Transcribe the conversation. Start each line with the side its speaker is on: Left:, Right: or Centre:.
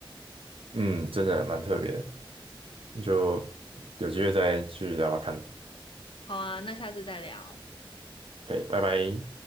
Right: 嗯，真的蛮特别的，你就有机会再去聊聊看
Left: 好啊，那下次再聊。
Right: ，OK，拜拜。